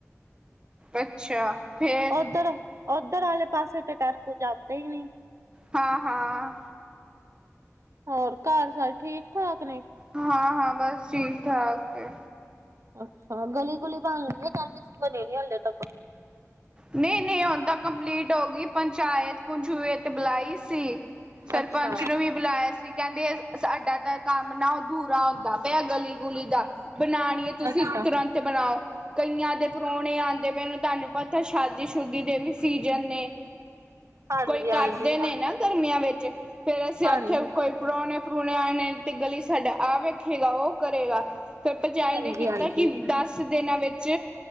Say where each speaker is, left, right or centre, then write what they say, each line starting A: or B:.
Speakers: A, on the right; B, on the right.
A: ਅੱਛਾ ਫੇਰ
B: ਉੱਧਰ ਉੱਧਰ ਆਲੇ ਪਾਸੇ ਤੇ ਟੈਂਪੂ ਜਾਂਦੇ ਹੀ ਨਹੀਂ।
A: ਹਾਂ ਹਾਂ।
B: ਹੋਰ ਘਰ ਸਾਰੇ ਠੀਕ ਠਾਕ ਨੇ।
A: ਹਾਂ ਹਾਂ ਬੱਸ ਠੀਕ ਠਾਕ ਐ।
B: ਅੱਛਾ ਗੱਲੀ ਗੁੱਲੀ ਬਣ ਗਈ ਹੈ? ਕਹਿਦੇ ਸੀ ਬਣੀ ਨੀ ਹਲੇ ਤੱਕ।
A: ਨਹੀਂ ਨਹੀਂ ਹੁਣ ਤਾਂ ਕੰਪਲੀਟ ਹੋ ਗਈ। ਪੰਚਾਇਤ ਪੂੰਚਾਉਤ ਬੁਲਾਈ ਸੀ। ਸਰਪੰਚ
B: ਅੱਛਾ।
A: ਨੂੰ ਵੀ ਬੁਲਾਇਆ ਸੀ। ਕਹਿੰਦੇ ਸਾਂਡਾ ਤਾਂ ਕੰਮ ਨਾ ਅਧੂੱਰਾ ਹੁੰਦਾ ਪਿਆ ਗੱਲੀ ਗੁੱਲੀ ਦਾ ਬਣਾਣੀਆਂ ਤੁਸੀਂ
B: ਅੱਛਾ।
A: ਤੁਰੰਤ ਬਣਾਓ। ਕਈਆਂ ਦੇ ਪ੍ਰਾਹੁਣੇ ਆਉਂਦੇ ਪਏ। ਤੁਹਾਨੂੰ ਪੱਤਾ ਤਾਂ ਸ਼ਾਦੀ ਸ਼ੁਦੀ ਦੇ ਵੀ ਸੀਜਨ ਨੇ
B: ਹਾਂਜੀ
A: ਕੋਈ ਕਰਦੇ
B: ਹਾਂਜੀ।
A: ਨੇ ਨਾਂ। ਗਰਮੀਆਂ ਵਿੱਚ ਫਿਰ ਅਸੀਂ
B: ਹਾਂਜੀ।
A: ਆਖਿਆ ਕੋਈ ਪ੍ਰਾਹੁਣੇ ਪ੍ਰਹੁਣੇ ਆਨੇ। ਤੇ ਗੱਲੀ ਸਾਡਾ ਆਵੇ ਸੇਵਾ ਉਹ ਕਰੇਗਾ ਫਿਰ ਭਜਾਏ
B: ਹਾਂਜੀ
A: ਨੇ ਕੀਤਾ
B: ਹਾਂਜੀ।
A: ਕਿ ਦੱਸ ਕੁੱਛ ਦਿਨਾਂ ਵਿੱਚ